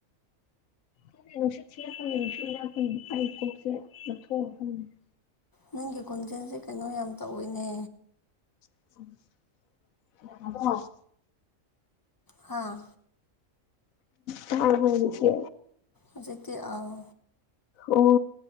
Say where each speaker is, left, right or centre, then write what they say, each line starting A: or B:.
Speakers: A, on the left (about 85°); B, on the left (about 15°).
A: <unintelligible>
B: ꯅꯪꯒꯤ ꯈꯣꯟꯖꯦꯜꯁꯦ ꯀꯩꯅꯣ ꯌꯥꯝ ꯇꯧꯋꯤꯅꯦ
A: <unintelligible>
B: ꯍꯥꯥ
A: ꯇꯥꯔꯕꯣ ꯍꯧꯖꯤꯛꯇꯤ
B: ꯍꯨꯖꯤꯛꯇꯤ ꯑꯥꯎ
A: ꯑꯣ